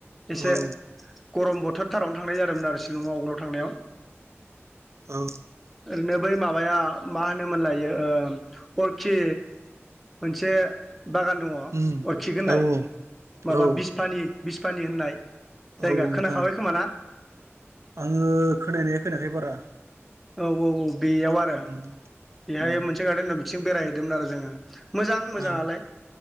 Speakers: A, in the centre; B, on the right (about 75°).
A: एसे
B: औ
A: गरम बोथोरथारावनो थांनाय जादोंमोन आरो शिलंआव आवगोलाव थांनायाव
B: औ
A: ओरैनो बै माबाया मा होनोमोनलायो ओ खि मोनसे बागान दङ
B: उम
A: अरखिक होननाय
B: औ
A: माबा
B: औ
A: बिसफानि बिसफानि होननाय जायगा
B: औ नोंथां
A: खोनाखाबाय खोमाना
B: आङो खोनानाया खोनायाखै बारा
A: औ औ औ बेयाव आरो
B: उम
A: बेहाय
B: उम
A: मोनसे गार्डेन दं <unintelligible> बेरायहैदोंमोन आरो जोङो मोजां मोजाङालाय
B: औ